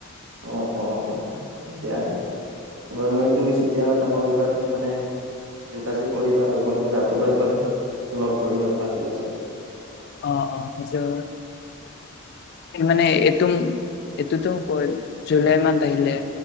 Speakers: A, on the right (about 75°); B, on the left (about 50°).
A: অ অ অ এতিয়াবাৰ মই তুমি এতিয়া কটা পা এইবাৰ মানে যোগাযোগ কৰিবা আৰু মই তোমাক ৰাতিপুৱা একবাৰ লগ ধৰিম আৰু ৰাতিপুৱালে
B: অ অ সেইটো মানে এইটো এইটোতো কয় জুলাই মান্থ আহিলে